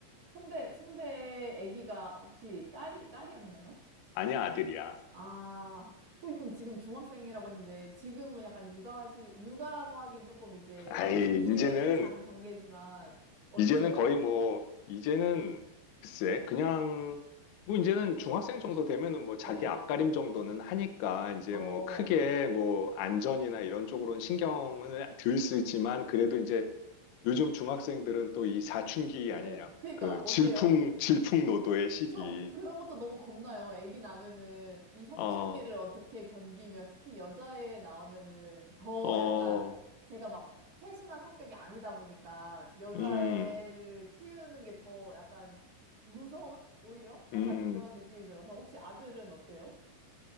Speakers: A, on the right; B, on the left.
A: 선배, 선배 애기가 혹시 딸이, 딸이었나요?
B: 아니야, 아들이야.
A: 아, 혹시 그럼 지금 중학생이라고 했는데, 지금은 약간 육아하시, 육아라고 하긴 조금 이제,
B: 아이,
A: 지금 기르는
B: 이제는,
A: 장, 단계지만, 어떠세요?
B: 이제는 거의 뭐, 이제는 글쎄, 그냥 뭐 이제는 중학생 정도 되면은 뭐 자기
A: 예, 예.
B: 앞가림 정도는 하니까 이제
A: 어,
B: 뭐 크게 뭐 안전이나 이런 쪽으로는 신경을 덜 쓰지만 그래도 이제 요즘 중학생들은 또 이 사춘기
A: 예,
B: 아니냐.
A: 예. 그니까,
B: 그
A: 어때요?
B: 질풍, 질풍노도의 시기.
A: 전 그런 것도 너무 겁나요. 아기 나면은 이 사춘기를
B: 어,
A: 어떻게 견디며 특히 여자애 나오면은 더
B: 어,
A: 약간 제가 막 세심한 성격이 아니다 보니까 여자애를
B: 음,
A: 키우는 게 더 약간 무서운? 오히려? 약간
B: 음.
A: 이런 느낌이 들어서 혹시 아들은 어때요?